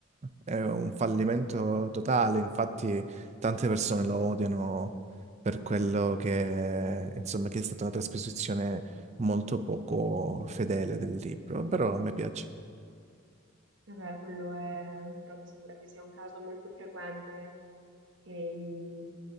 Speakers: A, on the right; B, on the right.
A: eh, è un fallimento totale, infatti tante persone lo odiano per quello che, insomma, che è stata una trasposizione molto poco fedele del libro, però a me piace.
B: Vabbè, quello è, però mi sembra che sia un caso molto frequente che i,